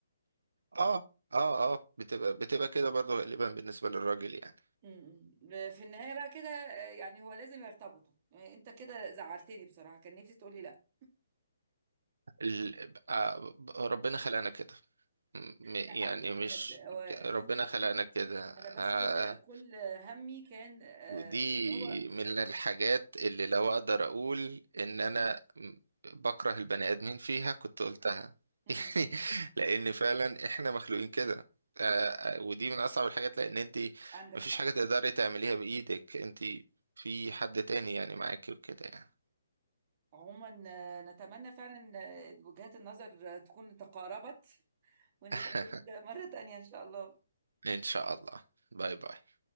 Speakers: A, on the right; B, on the right.
A: اه اه اه بتبقى بتبقى كده برضه غالبا بالنسبة للراجل يعني
B: أمم. في النهايه بقى كده آه، يعني هو لازم يرتبطوا يعني انت كده زعلتني بصراحه كان نفسي تقولي لا
A: ال... آه، ربنا خلقنا كده م... يعني
B: ده حقيقه بجد
A: مش
B: هو اكيد
A: ربنا
B: اكيد
A: خلقنا كده آه
B: انا بس كل كل همي كان آه،
A: ودي
B: اللي هو
A: من الحاجات اللي لو اقدر اقول ان انا بكره البني ادمين فيها كنت قلتها
B: أمم،
A: <laughs> يعني لان فعلا احنا مخلوقين كده آه آه، ودي من اصعب الحاجات لان انت
B: عندك
A: مفيش
B: حق
A: حاجة تقدري تعمليها بايدك انت في حد تاني يعني معاكي وكده يعني
B: عموما آه، نتمنى فعلا آه، وجهات النظر آه، تكون تقاربت ونتقابل
A: <laughs>
B: مرة تانية إن شاء الله
A: ان شاء الله باي باي